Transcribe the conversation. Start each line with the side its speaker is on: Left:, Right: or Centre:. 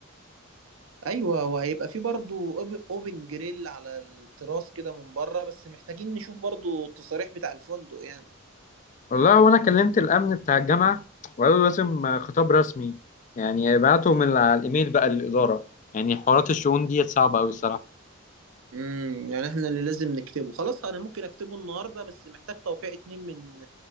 Right: ايوه وهيبقى في برضه أوب- اوبن جريل على التراس كده من بره بس محتاجين نشوف برضه التصاريح بتاع الفندق يعني
Left: والله وانا كلمت الامن بتاع الجامعه وقالوا لازم آه، خطاب رسمي يعني يبعتوا من على الايميل بقى للاداره يعني حوارات الشؤون ديت صعبه قوي الصراحه
Right: امم يعني احنا اللي لازم نكتبه خلاص انا ممكن اكتبه النهارده بس محتاج توقيع اتنين من